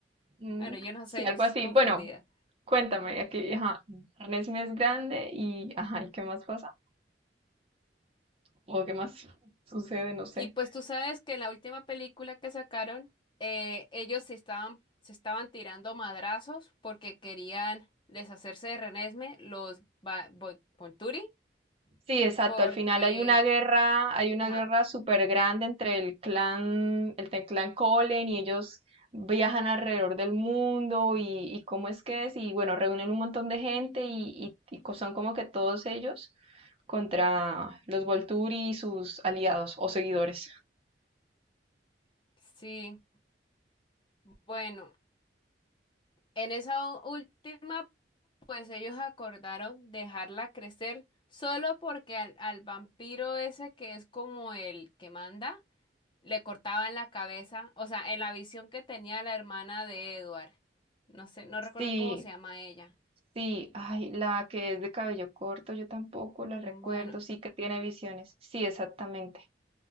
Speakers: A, on the right; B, on the left.
A: Mm,
B: Bueno, yo no
A: Sí,
B: sé,
A: algo
B: yo estoy
A: así.
B: confundida.
A: Bueno, cuéntame, aquí, ajá, Renesme es grande y, ajá, ¿y qué más pasa? ¿O qué más <laughs> sucede? No sé.
B: Y pues tú sabes que en la última película que sacaron, eh, ellos se estaban, se estaban tirando madrazos porque querían deshacerse de Renesme, los Va- Vo- Volturi.
A: Sí, exacto.
B: porque,
A: Al final hay una guerra, hay una
B: ajá,
A: guerra súper grande entre el clan, el te- clan Colen y ellos viajan alrededor del mundo y, y cómo es que es, y bueno, reúnen un montón de gente y, y- y co- son como que todos ellos contra los Volturi y sus aliados o seguidores.
B: sí, bueno, en esa última, pues ellos acordaron dejarla crecer solo porque al, al vampiro ese que es como el que manda, le cortaban la cabeza, o sea, en la visión que tenía la hermana de Edward. No sé, no recuerdo
A: Sí,
B: cómo se llama ella.
A: sí, ay, la que es de cabello corto, yo tampoco la recuerdo,
B: Bueno,
A: sí que tiene visiones. Sí, exactamente.